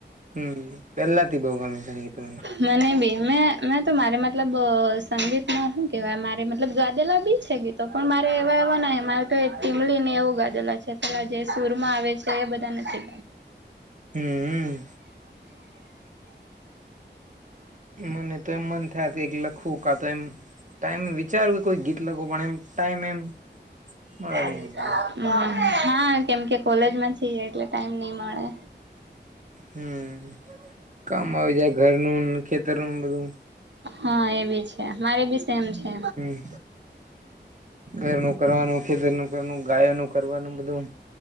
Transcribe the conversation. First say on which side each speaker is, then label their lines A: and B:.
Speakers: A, on the right; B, on the right.
A: હમ પેલાથી બહુ ગમે છે સંગીત મને.
B: મને બી મેં મેં તો મારે મતલબ સંગીતમાં શું કેહેવાય મારે મતલ ગાદેલા બી છે ગીતો પણ મારે એવા એવા ન મારે તો ટીમલી ને એવું ગાધેલા છે. ઓલા જે સૂરમાં આવે છે એ બધા નથી.
A: હું હું. મને તો એમ મન થાએ કે કાયક લખું કા તો એમ. ટાઈમ વિચારું કે કોઈ ગીત લખુ પણ એમ ટાઈમ એમ મળે
B: હમ
A: નહી.
B: હા કેમ કે કોલેજમાં છીયે એટલે ટાઈમ નહી મળે.
A: હમ કામ આવી જાય ઘર નું ખેતર નુ બધું.
B: હા એ બી છે મારે બી સેમ છે
A: હમ. ઘરનું કરવાનું ખેતરનું કરવાનું ગાયો નું કરવાનું બધું.